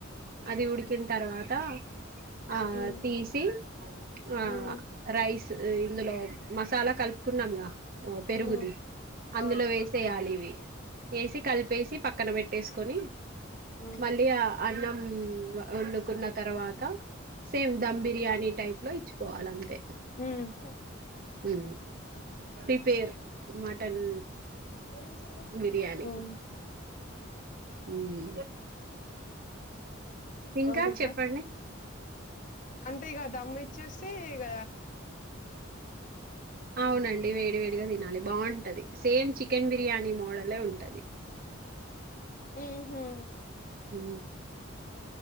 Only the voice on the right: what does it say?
అది ఉడికిన తర్వాత ఆ
తీసి ఆ
రై రైస్ ఇందులో మసాలా కలుపుకున్నాం గ ఓ పెరుగుది
అందులో
వేసేయాలి ఇవి. వేసి
కలిపేసి పక్కన పెట్టేసుకొని
మల్లి అఅది నం వండుకున్న తర్వాత. Same dum biryani type. ప్లోయిచ్చుకోవాలంతే.
ఉ పిపేర్ మటన్
బిర్యానీ హ్మ్ ఇంకా
చెప్పండి
అవునండి వేడి వేడిగా తినాలి బాగుంటది. సేమ్ చి కెన్ బిర్యానీ మోడలే ఉంటది.
ఉ